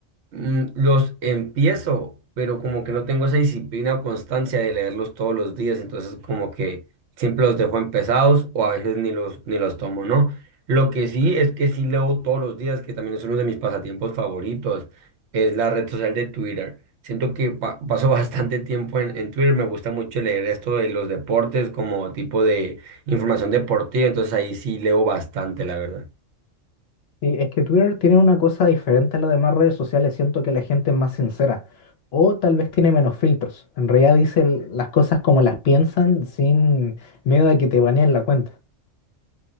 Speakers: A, on the right; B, on the left.
A: Mm, Los empiezo, pero como que no tengo esa disciplina o constancia de leerlos todos los días, entonces como que siempre los dejo empezados o a veces ni los, ni los tomo, ¿no? Lo que sí es que sí leo todos los días, que también es uno de mis pasatiempos favoritos, es la red social de Twitter. Siento que pa- paso <laughs> bastante tiempo en, en Twitter, me gusta mucho leer esto de los deportes como tipo de información deportiva, entonces ahí sí leo bastante, la verdad.
B: Sí, es que Twitter tiene una cosa diferente a las demás redes sociales. Siento que la gente es más sincera. O tal vez tiene menos filtros. En realidad dicen las cosas como las piensan sin miedo a que te baneen la cuenta.